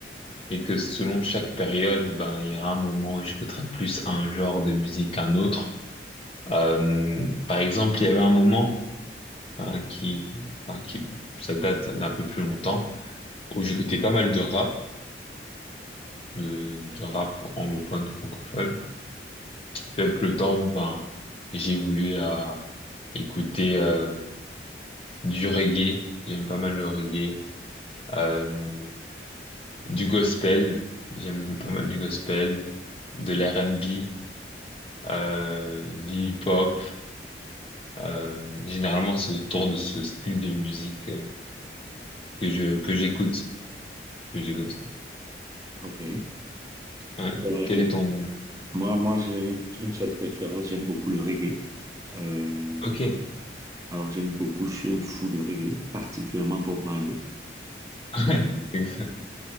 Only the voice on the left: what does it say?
et que selon chaque période, ben il y aura un moment où j'écouterai plus un genre de musique qu'un autre. Euh, par exemple, il y avait un moment hein, qui, enfin, qui, ça date d'un peu plus longtemps, où j'écoutais pas mal de rap, de, de rap anglophone, francophone. Et puis avec le temps, ben j'ai voulu à écouter euh, du reggae. J'aime pas mal le reggae. Euh, Du gospel, j'aime pas mal du gospel, de l'R&B, euh, du hip-hop. Euh, généralement, c'est autour de ce style de musique euh, que je que j'écoute, que j'écoute.
Ouais.
Quel est ton...
Ok. <laughs>
Ouais. Exact.